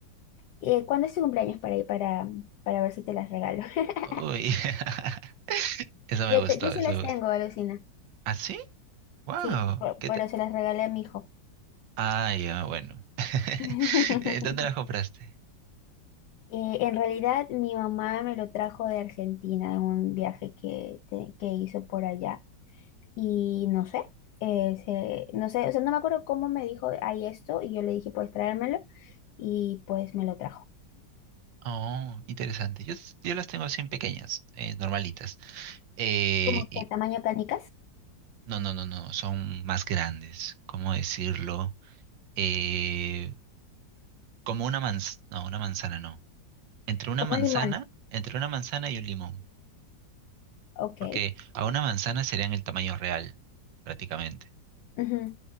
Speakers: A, on the left; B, on the right.
A: Eh, ¿cuándo es tu cumpleaños para ir para, para ver si te las regalo? <laughs>
B: Uy, <laughs> eso
A: Yo,
B: me gustó,
A: te, yo sí
B: eso
A: las
B: me
A: tengo,
B: gustó.
A: alucina.
B: ¿Ah, sí? ¡Wow!
A: Sí, por-
B: ¿Qué
A: pero
B: te-
A: se las regalé a mi hijo.
B: Ah, ya, bueno. <laughs>
A: <laughs>
B: Eh, ¿Dónde las compraste?
A: Eh, en realidad, mi mamá me lo trajo de Argentina en un viaje que, te- que hizo por allá. Y no sé, eh, se- no sé, o sea, no me acuerdo cómo me dijo, hay esto, y yo le dije, puedes traérmelo, y pues me lo trajo.
B: Oh, interesante. Yo, s- yo las tengo así en pequeñas, eh, normalitas. Eh,
A: Como
B: y,
A: que tamaño canicas,
B: no, no, no, no, son más grandes. ¿Cómo decirlo? Eh, como una manzana, no, una manzana no. Entre una
A: como
B: manzana,
A: un limón.
B: entre una manzana y un limón.
A: Ok.
B: Porque a una manzana serían el tamaño real, prácticamente.
A: ujú.